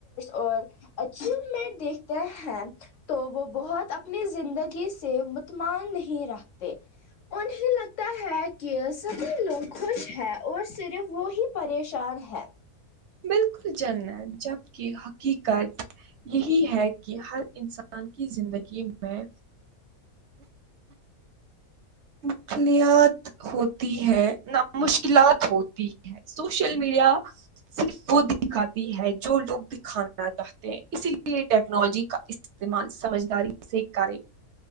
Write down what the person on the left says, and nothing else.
اور اچیمنٹ دیکھتے ہیں تو وہ بہت اپنی زندگی سے متمان نہیں رکھتے انہیں لگتا ہے کہ سبھی لوگ خوش ہیں اور صرف وہی پریشان ہے